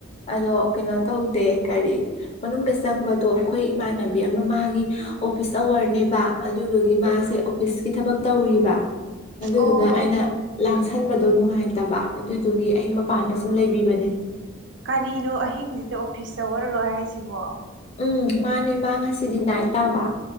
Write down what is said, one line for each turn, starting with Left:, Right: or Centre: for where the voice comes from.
Left: ꯑꯗꯣ ꯀꯩꯅꯣ ꯇꯧ ꯗꯦ ꯀꯥꯔꯤ ꯃꯅꯨꯡꯗ ꯆꯪꯕꯗꯣ ꯑꯩꯈꯣꯏ ꯏꯃꯥꯟꯅꯕꯤ ꯑꯃ ꯃꯥꯒꯤ ꯑꯣꯐꯤꯁ ꯑꯋꯥꯔꯅꯦꯕ ꯑꯗꯨꯗꯨꯒꯤ ꯃꯥꯁꯦ ꯑꯣꯐꯤꯁꯀꯤ ꯊꯕꯛ ꯇꯧꯔꯤꯕ ꯑꯗꯨꯗꯨꯅ
Right: ꯑꯣ
Left: ꯑꯩꯅ ꯂꯥꯡꯁꯟꯕ ꯗꯣ ꯅꯨꯡꯉꯥꯏꯇꯕ ꯑꯗꯨꯏꯗꯨꯒꯤ ꯑꯩ ꯃꯄꯥꯟꯗ ꯁꯨꯝ ꯂꯩꯕꯤꯕꯅꯦ
Right: ꯀꯔꯤꯅꯣ ꯑꯍꯤꯡꯁꯤꯗ ꯑꯣꯐꯤꯁ ꯑꯋꯔꯔꯣ ꯍꯥꯏꯁꯤꯕꯣ
Left: ꯎꯝ ꯃꯥꯅꯦ ꯃꯥ ꯉꯁꯤꯗꯤ ꯅꯥꯏꯠ ꯇꯥꯕ